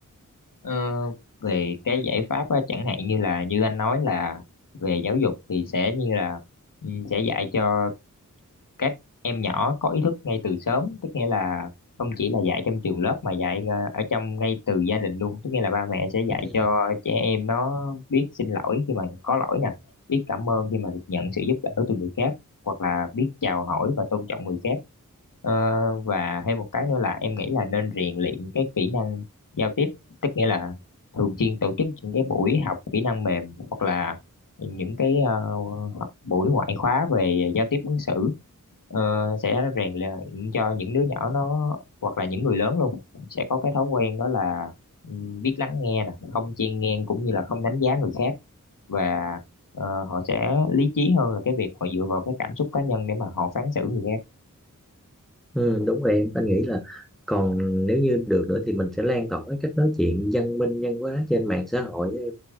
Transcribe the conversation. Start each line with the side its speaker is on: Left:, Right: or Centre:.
Left: Ờ, về cái giải pháp á, chẳng hạn như là như anh nói là về giáo dục thì sẽ như là ừ, sẽ dạy cho các em nhỏ có ý thức ngay từ sớm tức nghĩa là không chỉ là dạy trong trường lớp mà dạy ờ, ở trong ngay từ gia đình luôn tức nghĩa là ba mẹ sẽ dạy
Centre: Ừ.
Left: cho trẻ em nó biết xin lỗi khi mà có lỗi nè biết cảm ơn khi mà được nhận sự giúp đỡ từ người khác hoặc là biết chào hỏi và tôn trọng người khác Ờ, và thêm một cái nữa là em nghĩ là nên rèn luyện cái kỹ năng giao tiếp tức nghĩa là thường xuyên tổ chức những cái buổi học kỹ năng mềm hoặc là những cái ờ, buổi ngoại khóa về giao tiếp ứng xử ờ, sẽ rèn luyện cho những đứa nhỏ nó hoặc là những người lớn luôn sẽ có cái thói quen đó là ừ, biết lắng nghe nè không chen ngang cũng như là không đánh giá người khác và ờ, họ sẽ lý trí hơn là cái việc họ dựa vào cái cảm xúc cá nhân để mà họ phán xử người khác
Centre: ừ, đúng rồi em anh nghĩ là còn nếu như được nữa thì mình sẽ lan tỏa cái cách nói chuyện văn minh văn hóa trên mạng xã hội á em.